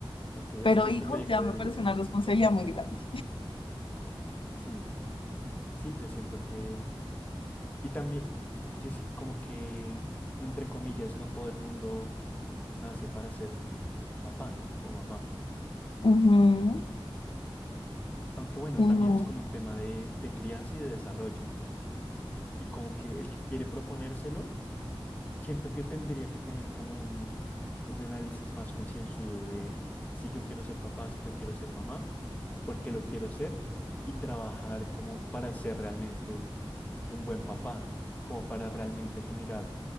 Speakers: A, on the left (about 15°); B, on the left (about 65°).
A: Ok, es
B: pero
A: como
B: hijos
A: tu proyecto
B: ya
A: de
B: me
A: vida.
B: parece una responsabilidad muy grande.
A: Sí, sí, yo siento que. Y también, yo sí- como que, entre comillas, no todo el mundo nace para ser papá o mamá.
B: Ujú,
A: Aunque bueno,
B: Sí,
A: también
B: no.
A: es como un tema de, de crianza y de desarrollo. Y como que el que quiere proponérselo, siento que tendría que tener como un, un análisis más concienzudo de si yo quiero ser papá, si yo quiero ser mamá, por qué lo quiero ser y trabajar como para ser realmente un buen papá, como para realmente generar